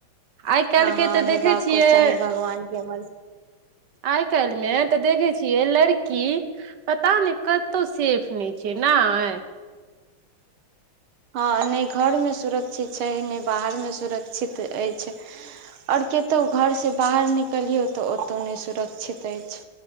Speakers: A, on the right; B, on the right.
A: आइ काल्हि
B: हँ हँ
A: के तऽ
B: हेबाकों
A: देखै छियै
B: चाहि भगवान के मरजी
A: आइ काल्ह मे तऽ देखैय छियै लड़की पता नय कतो सेफ नय छै नैय
B: हँ नय घरमे सुरक्षित छै नय बाहरिमे सुरक्षित ऐछ ओर कतो घरसँ बाहरि निकलियौ तऽ ओतहु नय सुरक्षित अइछ